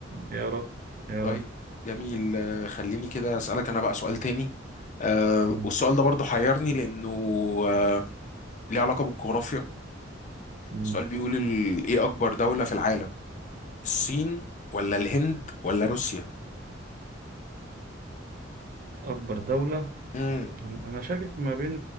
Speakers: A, on the right (about 45°); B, on the left (about 40°).
A: يا رب يا
B: طيب
A: رب
B: جميل آه، خليني كده اسالك انا بقى سؤال تاني آه
A: مم.
B: والسؤال ده برضو حيرني لانه آه ليه علاقه بالجغرافيا
A: مم.
B: السؤال بيقول ال... ايه اكبر دولة في العالم الصين ولا الهند ولا روسيا
A: أكبر دولة
B: امم
A: أنا شاكك ما بين